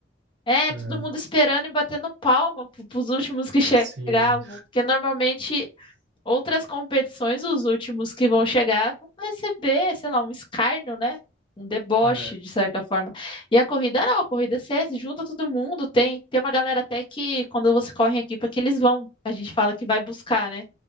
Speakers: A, on the left; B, on the right.
A: É,
B: É,
A: todo mundo esperando e batendo palma pro- pros últimos que chegavam.
B: sim.
A: Porque normalmente Outras competições, os últimos que vão chegar, vão receber, sei lá, um escárnio, né? Um deboche,
B: É.
A: de certa forma. E a corrida não, a corrida você junta todo mundo, tem, tem uma galera até que quando você corre em equipa que eles vão, a gente fala que vai buscar, né?